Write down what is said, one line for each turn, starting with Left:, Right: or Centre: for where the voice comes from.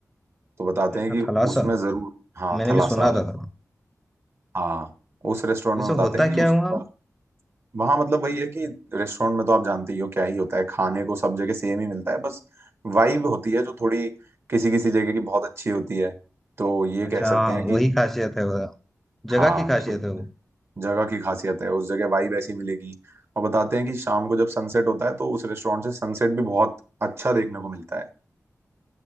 Right: तो बताते
Centre: अच्छा
Right: हैं कि
Centre: थलासा
Right: उसमें जरूर हाँ
Centre: मैंने
Right: थलासा
Centre: भी सुना
Right: मैंने
Centre: था थोड़ा
Right: हाँ उस रेस्टोरेंट
Centre: वैसे
Right: में बताते
Centre: होता
Right: हैं कि
Centre: क्या
Right: उसका
Centre: है वहाँ
Right: वहाँ मतलब वही है कि रेस्टोरेंट में तो आप जानते ही हो क्या ही होता है खाने को सब जगह सेम ही मिलता है बस वाइब होती है जो थोड़ी किसी किसी जगह की बहुत अच्छी होती है तो ये
Centre: अच्छा
Right: कह सकते
Centre: हाँ
Right: हैं कि
Centre: वही खासियत है वो
Right: हाँ
Centre: जगह की खासियत
Right: तो
Centre: है वो
Right: जगह की खासियत है उस जगह वाइब ऐसी मिलेगी और बताते हैं कि शाम को जब सनसेट होता है तो उस रेस्टोरेंट से सनसेट भी बहुत अच्छा देखने को मिलता है